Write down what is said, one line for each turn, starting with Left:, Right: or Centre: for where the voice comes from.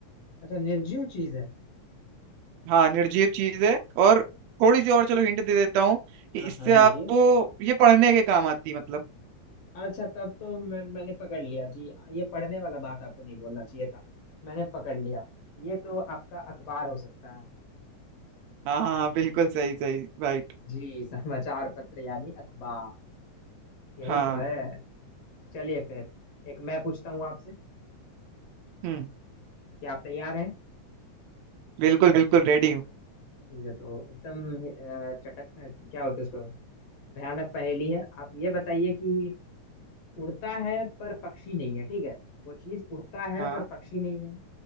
Left: अच्छा निर्जीव चीज है
Right: हाँ निर्जीव चीज है और थोड़ी सी और चलो हिंट दे देता हूँ कि
Left: हाँ
Right: इससे
Left: हाँ दीजिए
Right: आपको ये पढ़ने के काम आती है मतलब
Left: अच्छा तब तो मैं, मैंने पकड़ लिया जी ये पढ़ने वाला बात आपको नहीं बोलना चाहिए था मैंने पकड़ लिया ये तो आपका अखबार हो सकता है
Right: हाँ हाँ हाँ, बिल्कुल सही सही राइट
Left: जी समाचार पत्र यानी अखबार यही
Right: हाँ
Left: तो है चलिए फिर एक मैं पूछता हूँ आपसे
Right: हम्म
Left: क्या आप तैयार हैं
Right: बिल्कुल बिल्कुल रेडी हूँ
Left: ठीक है तो एकदम अ, चटक अ, क्या बोलते हैं उसको भयानक पहेली है आप ये बताइए कि उड़ता है पर पक्षी नहीं है ठीक है वो चीज उड़ता है
Right: हाँ
Left: पर पक्षी नहीं है